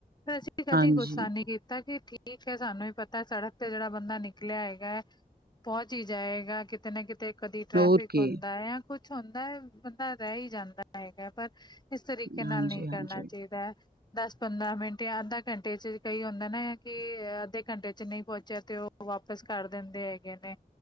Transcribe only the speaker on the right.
ਹਾਂਜੀ।
ਹੋਰ ਕੀ
ਹਾਂਜੀ-ਹਾਂਜੀ,
ਹਾਂਜੀ,